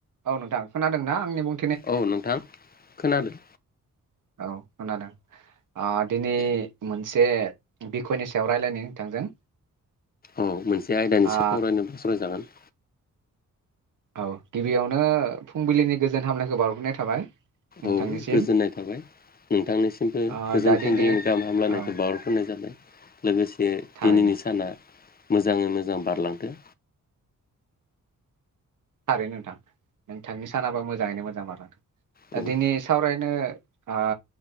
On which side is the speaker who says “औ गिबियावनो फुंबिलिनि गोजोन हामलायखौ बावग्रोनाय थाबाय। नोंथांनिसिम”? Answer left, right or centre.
Right